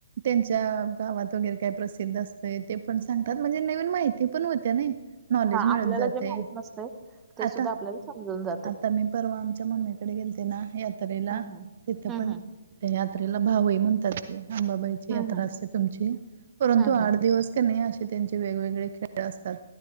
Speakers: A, on the right (about 50°); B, on the right (about 15°).
A: त्यांच्या गावात वगैरे काय प्रसिद्ध असतं ते पण सांगतात म्हणजे नवीन माहिती पण होत्या ना नॉलेज
B: हा
A: मिळत
B: आपल्याला
A: जातय
B: जे माहित नसतंय ते
A: आता,
B: सुद्धा आपल्याला समजून जाते
A: आता मी परवा आमच्या मम्मीकडे गेलते ना हे त्रेला
B: हम्म
A: तिथं
B: हम्म
A: पण
B: हम्म
A: त्या यात्रेला भावई म्हणतात हांबाबाईची
B: हम्म
A: यात्रा असते तुमची परंतु
B: हम्म
A: आठ
B: हम्म
A: दिवस क नाही अशी त्यांचे वेगवेगळे खेळ असतात